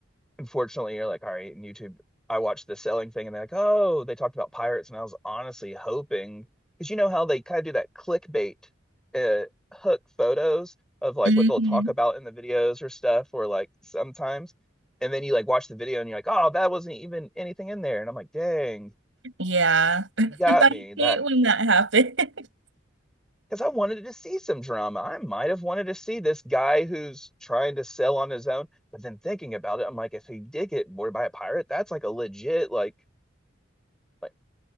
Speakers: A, in the centre; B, on the right.
A: unfortunately you're like all right, and YouTube I watched the selling thing and they're like, "Oh, they talked about pirates." And I was honestly hoping cuz you know how they kind of do that clickbait uh hook photos of like
B: hmm
A: what they'll talk about in the videos or stuff or like sometimes and then you like watch the video and you're like, "Oh, that wasn't even anything in there." And I'm like, "Dang,
B: Yeah. <laughs>
A: you got
B: I
A: me." That
B: hate when that happens. <laughs>
A: because I wanted to see some drama. I might have wanted to see this guy who's trying to sell on his own, but then thinking about it, I'm like, if he did get boarded by a pirate, that's like a legit like like